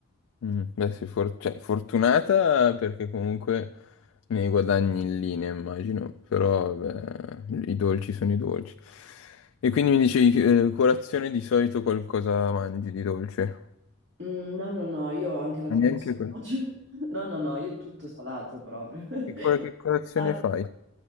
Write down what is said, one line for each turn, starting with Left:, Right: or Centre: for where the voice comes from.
Left: Mm. Beh, sei for- cioè, fortunata perché comunque ne guadagni in linea, immagino, però vabbè, i dolci sono i dolci. E quindi mi dicevi, eh, colazione di solito qualcosa mangi di dolce?
Right: Mm, No, no, no, io ho anche la
Left: Ma
Right: colazione.
Left: Neanche quello.
Right: oggi. <laughs> No, no, no, io tutto salato proprio. <laughs>
Left: Che, co- che colazione
Right: Al-
Left: fai?